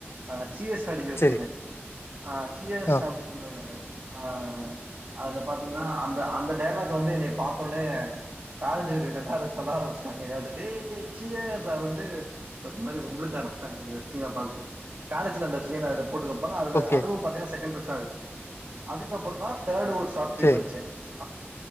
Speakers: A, on the right; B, on the left.
A: <unintelligible> சீர்ஸ்ஸா அடிக்கிற
B: செரி
A: சீனு ஆ சியர்ஸ்
B: ஆ
A: அப்டினு சொல்லுவாங்லிட ஆ அதுல பாத்தீங்ன்னா அந்த அந்த டைய்லாக்க வந்து என்னைைய பாத்தோனே காலேஜ் இருக்குற எல்லாரூ சொல்ல ஆரம்பிச்சிட்டாங்க என்ன வந்து டேய் சியேஸ் அப்டுனுட் ஒரு மாரி வம்பு இழுக்க ஆரம்பச்சிட்டாங்க அந்த சீன பாத்துட்டு காலேஜில அந்த சீன போட்டுக்கப்பா அதுல
B: ஓகே
A: அதுவூ பாத்தினா செகெண்ட் பரச் டாச்சு அதுக்கப்றந்தா தேர்டு ஒரு சாட் ஃபிள்ம்
B: செரி
A: நடிச்சே ஆ